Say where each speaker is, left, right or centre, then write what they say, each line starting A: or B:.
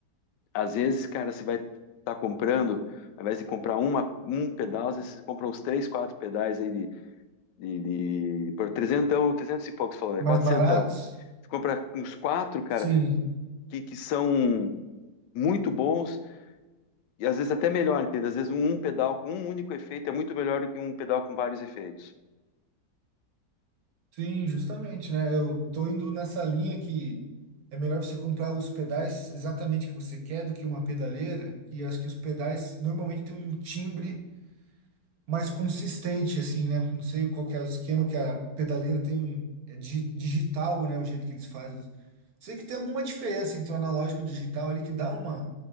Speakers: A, on the left; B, on the right.
A: Às vezes, cara, você vai estar comprando, ao invés de comprar uma, um pedal, às vezes você compra uns três, quatro pedais aí de, de, de por trezentão, trezentos e poucos falando,
B: mais
A: é quatrocentão.
B: baratos?
A: Você compra uns quatro, cara,
B: Sim,
A: que, que são muito bons e às vezes até melhor, entende? Às vezes um um pedal com um único efeito é muito melhor do que um pedal com vários efeitos.
B: sim, justamente, né? Eu tô indo nessa linha que é melhor você comprar os pedais exatamente que você quer do que uma pedaleira, e acho que os pedais normalmente têm um timbre mais consistente, assim, né? Não sei qual que é o esquema que a pedaleira tem, é digi- digital, né? O jeito que eles fazem. Sei que tem alguma diferença entre o analógico e o digital ali que dá uma,